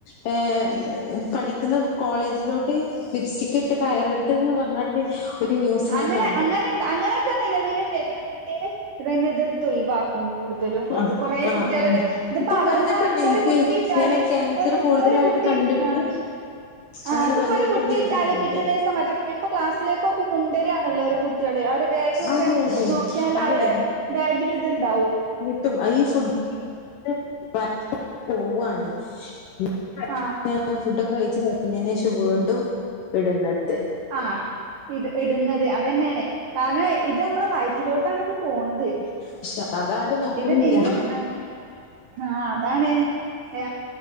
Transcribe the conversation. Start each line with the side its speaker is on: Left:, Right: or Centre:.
Left: ഹേ പഠിക്കുന്ന കോളേജിലോട്ട് ലിപ്സ്റ്റിക്- റ്റിട്ട് കയറരുത് പറഞ്ഞാട്ട്. ഒരു ന്യൂസ്
Right: അങ്ങനെ,
Left: ഞാൻ കണ്ടു.
Right: അങ്ങനെ, അങ്ങയൊക്കെ നിലവില് വരിയാണെങ്കിൽ ഇതന്നെ, ഇതെ- ത്ത് ഒഴിവാക്കും, കൂടുതലും
Left: ആഹ്
Right: അത് കുരെ
Left: ആഹ്
Right: കുട്ടികൾതെ
Left: ആഹ്
Right: ഇതിപ്പോ,
Left: ഇപ്പൊ
Right: അവിടുന്നാണ്
Left: വന്നിട്ടുണ്ട്
Right: ഇപ്പോ
Left: എനിക്ക്
Right: ഒരു കുട്ടി- ട്ടൽ
Left: ഇങ്ങനെ ക്യാൻസർ
Right: ഒരു,
Left: കൂടുതലായിട്ട്
Right: ഒരു കുട്ടി
Left: കണ്ടിട്ട്
Right: ആഹാ.. ആ
Left: അങ്ങനെ
Right: അതിപ്പോ
Left: വന്നിട്ടുണ്ട്
Right: ഒരു കുട്ടി
Left: എനിക്ക്
Right: ഇട്ടാല്
Left: തോന്നുന്നുണ്ട്
Right: പിദ്യാദേസം മറ്റെ കുട്ടിപ്പ ക്ലാസ്സിലേക്കൊക്കെ കൊണ്ടുവരികയാണല്ലോ? ഒരേ കുട്ടിൾ അവരെ. ബാഗൊക്കെ
Left: അതെ അതെ
Right: നോക്കിയാൽ,
Left: അതെ
Right: അവരെ ബാഗിൽ ഇത്ണ്ടാവും.
Left: ട്ടും ഈ ഫുട്- <unintelligible> പോവാണ്. <unintelligible>
Right: ആ
Left: ഫുഡക്കെ കഴിച്ചു കഴിഞ്ഞതിനന്- ശേഷം വീണ്ടും ഇടുന്നത്.
Right: ആഹാ ഇത് ഇടുന്നത്. അതന്നെയാണ്. കാരണം ഇത് നമ്മള വയറ്റിലോട്ടാണ് ഇത് പോണത്.
Left: പക്ഷെ അതാരും നോക്കുന്നില്ല
Right: ഇത് പിന്നെ ആഹാ.. ആഹാ അതാണ് ഹേ